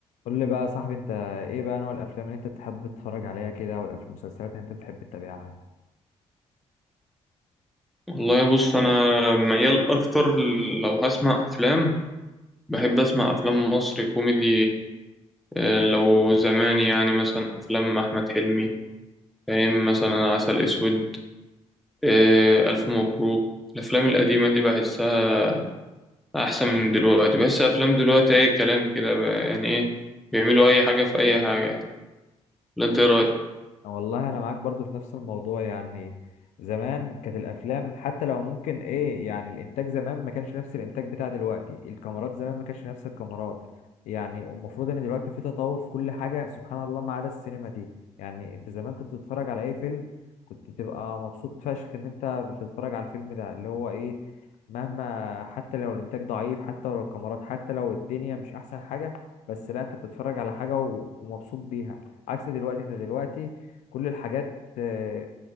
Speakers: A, on the left; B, in the centre.
A: قول لي بقى يا صاحبي انت ايه بقى نوع الافلام اللي انت بتحب تتفرج عليها كده والمسلسلات اللي انت بتحب تتابعها
B: والله بص انا ميال اكتر لو هسمع افلام بحب اسمع افلام مصري كوميدي آه، لو زمان يعني مثلا افلام احمد حلمي فاهم مثلا عسل اسود آه، الف مبروك الافلام القديمه دي بحسها احسن من دلوقتي بحس افلام دلوقتي اي كلام كده ب- يعني ايه بيعملوا اي حاجه في اي حاجه يعني ولا انت إيه رايك
A: والله انا معاك برضو في نفس الموضوع يعني زمان كانت الافلام حتى لو ممكن ايه يعني الانتاج زمان ما كانش نفس الانتاج بتاع دلوقتي الكاميرات زمان ما كانش نفس الكاميرات يعني المفروض ان دلوقتي في تطور في كل حاجة سبحان الله ما عدا السينما دي يعني انت زمان كنت تتفرج على اي فيلم كنت تبقى مبسوط فشخ ان انت بتتفرج على الفيلم ده اللي هو ايه مهما حتى لو الانتاج ضعيف حتى لو الكاميرات حتى لو الدنيا مش احسن حاجة بس لا انت بتتفرج على حاجة و- ومبسوط بيها عكس دلوقتي انت دلوقتي كل الحاجات آه،